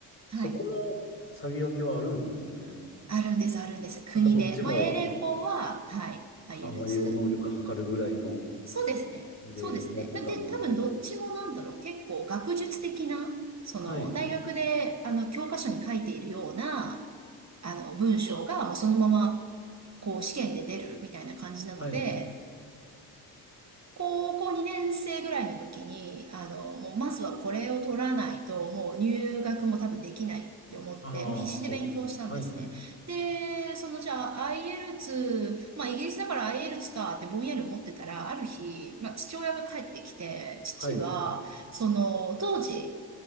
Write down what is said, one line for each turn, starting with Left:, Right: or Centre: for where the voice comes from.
Right: はい。
Left: そこの差別分けはあるんですね。
Right: あるんです、あるんです。国で。
Left: なんかどっちも、
Right: まあ、英連邦は、はい、IELTS。
Left: あの、英語能力測るぐらいの、
Right: そうですね。
Left: で、
Right: そうですね。
Left: 思ってたんですけど。
Right: で、で多分どっちもなんだろう。結構学術的な、その、
Left: はい。
Right: 大学で、あの、教科書に書いているような、あの、文章が、もうそのまま、こう、試験で出るみたいな感じなので、
Left: はい。
Right: 高校2年生ぐらいの時に、あの、もうまずはこれを取らないと、もう入学も多分できないって思って、
Left: ああ、
Right: もう必死で勉強したんですね。
Left: そうです。はい。
Right: で、そのじゃあ IELTS、まあイギリスだから IELTS かってぼんやり思ってたら、ある日、まあ父親が帰ってきて、父は、
Left: はい。
Right: その当時、